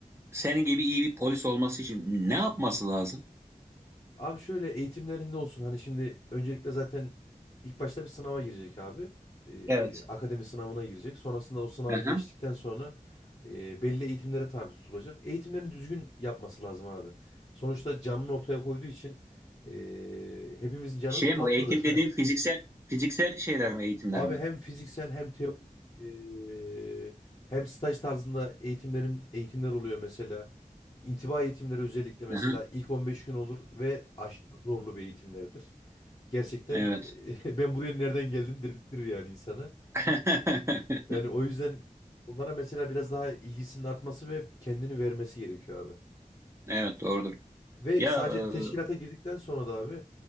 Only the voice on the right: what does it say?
senin gibi iyi bir polis olması için ne yapması
lazım?
Evet.
Aha.
Şey
mi? o Eğitim dediğin
fiziksel fiziksel şeyler mi eğitimler
mi?
Aha.
Evet.
<laughs>
Evet doğrudur.
Ya
e,